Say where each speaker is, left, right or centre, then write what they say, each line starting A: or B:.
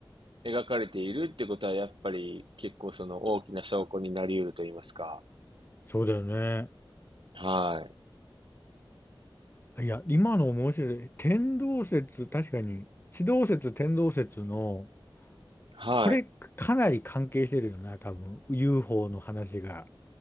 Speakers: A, on the right; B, on the left.
A: 描かれているってことは、やっぱり結構その大きな証拠になり得ると言いますか。
B: そうだよね。
A: はい。
B: いや、今の面白い。天動説、確かに、地動説、天動説の、
A: はい。
B: これかなり関係してるよな、多分。UFO の話が。